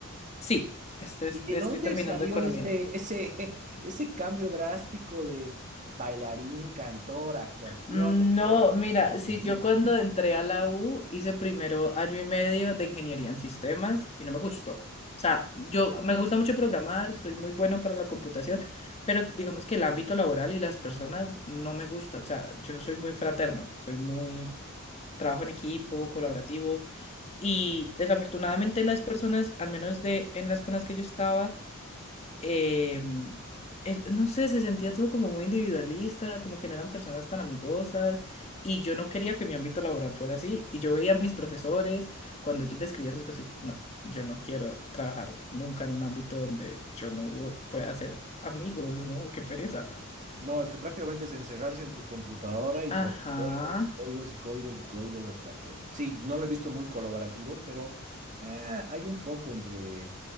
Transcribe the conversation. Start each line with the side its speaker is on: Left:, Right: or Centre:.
Left: sí, estoy,
Right: ¿Y de
Left: estoy
Right: dónde
Left: terminando
Right: salió
Left: economía.
Right: ese, ese, <laughs> ese cambio drástico de bailarín, cantor, actuación,
Left: Mm,
Right: de
Left: No,
Right: todo?
Left: mira,
Right: economía?
Left: si yo cuando entré a la U hice primero año y medio de ingeniería en sistemas y no me gustó. O sea, yo me gusta mucho programar, soy muy bueno para la computación, pero digamos que el ámbito laboral y las personas no me gusta. O sea, yo soy muy fraterno, soy muy trabajo en equipo, colaborativo y desafortunadamente las personas, al menos de en las con las que yo estaba eh, el- no sé, se sentía todo como muy individualista, como que no eran personas tan amigosas y yo no quería que mi ámbito laboral fuera así y yo veía a mis profesores cuando yo describía esas cosas y yo, no, yo no quiero trabajar nunca en un ámbito donde yo no vo- pueda hacer amigos, ¿no? Qué pereza.
Right: No, es que prácticamente es encerrarse en tu computadora y probar
Left: Ajá.
Right: códigos, y códigos y códigos y códigos hasta que... Sí, no lo he visto muy colaborativo, pero ah, hay un poco entre...